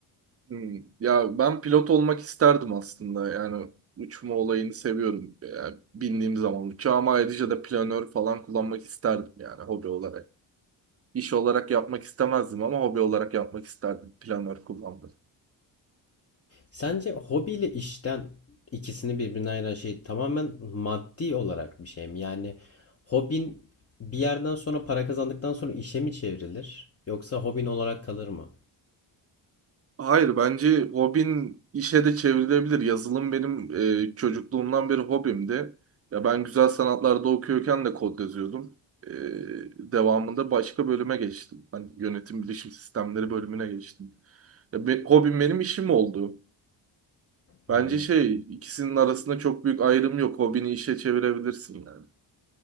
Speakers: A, on the right; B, on the left.
A: Hmm. Ya ben pilot olmak isterdim aslında. Yani uçma olayını seviyorum. Yani bindiğim zaman uçağıma ayrıca da planör falan kullanmak isterdim yani hobi olarak. İş olarak yapmak istemezdim ama hobi olarak yapmak isterdim planör kullanmayı.
B: Sence hobiyle işten ikisini birbirinden ayıran şey tamamen maddi olarak bir şey mi? Yani hobin bir yerden sonra para kazandıktan sonra işe mi çevrilir? Yoksa hobin olarak kalır mı?
A: Hayır bence hobin işe de çevrilebilir. Yazılım benim e, çocukluğumdan beri hobimdi. Ya ben güzel sanatlarda okuyorken de kod yazıyordum. E, devamında başka bölüme geçtim. Hani yönetim bilişim sistemleri bölümüne geçtim. Ya be- hobim benim işim oldu.
B: Hmm,
A: Bence şey ikisinin arasında çok büyük ayrım yok. Hobini işe çevirebilirsin yani.